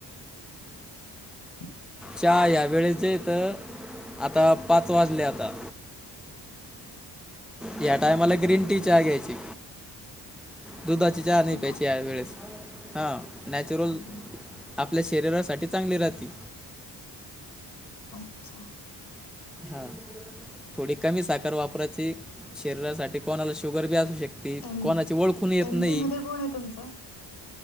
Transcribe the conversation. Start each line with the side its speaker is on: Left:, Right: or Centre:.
Left: <inaudible>
Centre: चा <unintelligible> ह्या वेळेचे तर आता पाच वाजल्या आता या टायमाला ग्रीन टी चाहा घ्यायची. दुधाची चहा
Left: हो
Centre: नाही पा्यायची
Left: का?
Centre: या वेळेस, हा नॅचरल
Left: अरे
Centre: आप आपल्या शरीरासाठी चांगली राहते.
Left: अच्छा!
Centre: हा, थोडी कमी साखर वापरायची, शरीरासाठी कोणाला शुगर बी असू शकते.
Left: एम-
Centre: कोणाची ओळखून येत
Left: एमपी
Centre: नाही
Left: मध्ये कोण आहे तुमचं?